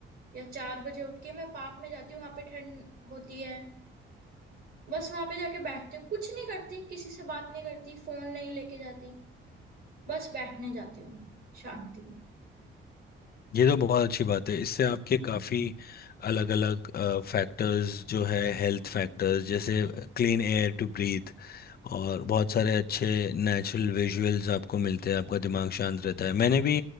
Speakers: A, on the right; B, on the left.
A: या चार बजे उठ के मैं पार्क में जाती हूँ वहां पे ठंड होती है बस वहां पे जाके बैठती हूँ कुछ नहीं करती किसी से बात नहीं करती फोन नहीं लेके जाती बस बैठने जाती हूँ शांति में
B: ये तो बहुत अच्छी बात है इससे आपके काफ़ी अलग अलग फैक्टर्स जो है हेल्थ फैक्टर्स जैसे क्लीन एयर टू ब्रीथ और बहुत सारे अच्छे नेचुरल विजुअल्स आपको मिलते हैं आपका दिमाग शांत रहता है मैंने भी